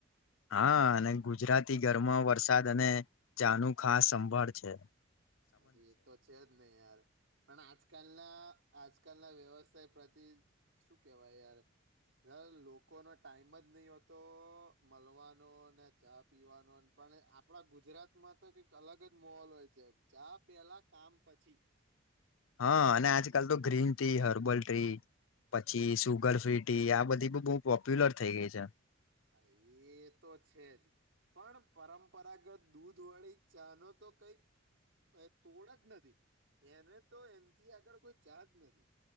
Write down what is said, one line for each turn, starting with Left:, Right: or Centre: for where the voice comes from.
Left: હા અને ગુજરાતી ગરમા વરસાદ અને ચાનું ખાસ સંભાળ છે
Right: અરે એ તો છે જ ને યાર પણ આજકાલના, આજકાલના વ્યવસાય પ્રતિ શું કેવાય યાર લોકોનો ટાઈમ જ નહી હોતો મલવાનો ને ચા પીવાનો પણ આપડા ગુજરાતમાં તો કઈક અલગ જ માહોલ હોય છે ચા પેલા કામ પછી
Left: હા, અને આજકાલ તો ગ્રીન ટી, હર્બલ ટ્રી, પછી સુગર ફ્રી ટી, આ બધી બ બહુ પોપ્યુલર થઈ ગઈ છે
Right: હા, એ તો છેજ પણ પરંપરાગત દૂધવાળી ચાનો તો કઈક તોડ જ નથી એને તો એનથી આગળ કોઈ ચા જ નથી